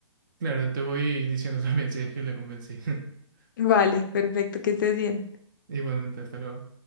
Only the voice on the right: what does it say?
claro, te voy diciendo <laughs> también si es que le convencí. <laughs>
Igualmente, hasta luego.